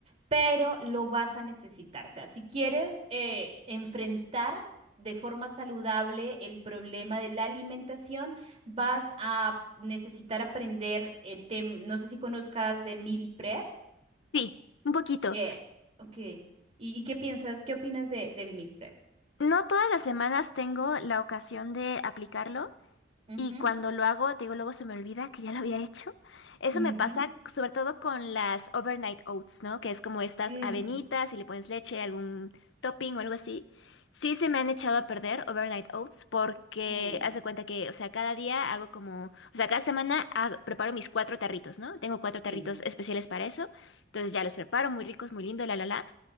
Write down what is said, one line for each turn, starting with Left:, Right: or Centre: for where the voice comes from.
Right: pero lo vas a necesitar. O sea, si quieres eh, enfrentar de forma saludable el problema de la alimentación, vas a necesitar aprender el tema, no sé si conozcas de meal prep.
Left: Sí, un poquito.
Right: Eh, ok. ¿Y, y qué piensas, qué opinas de, del meal prep?
Left: No todas las semanas tengo la ocasión de aplicarlo.
Right: Ujú,
Left: Y cuando lo hago, te digo, luego se me olvida que ya lo había hecho. Eso
Right: ujú,
Left: me pasa sobre todo con las overnight oats, ¿no? Que es como estas
Right: mm,
Left: avenitas y le pones leche, algún topping o algo así. Sí se me han echado a perder overnight oats porque
Right: mm,
Left: haz de cuenta que, o sea, cada día hago como, o sea, cada semana hago- preparo mis cuatro tarritos, ¿no? Tengo cuatro tarritos
Right: sí.
Left: especiales para eso. Entonces ya los preparo, muy ricos, muy lindo, la, la, la.